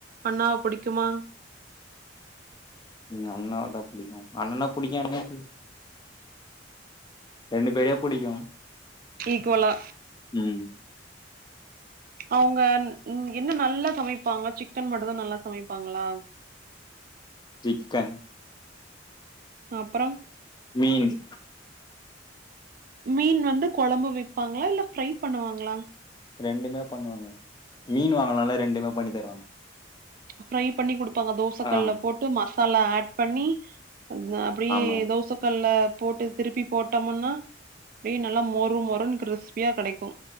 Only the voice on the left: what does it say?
எங்க அண்ணாவதா புடிக்கு அண்ணனப் புடிக்காம எப்டி ரெண்டு பேரையப் புடிக்கு
ம்
சிக்கன்
மீன்ச்
ரெண்டுமே பண்ணுவாங்க மீன் வாங்கனாலே ரெண்டுமே பண்ணித் தருவாங்க
ஆ
ஆமாங்க.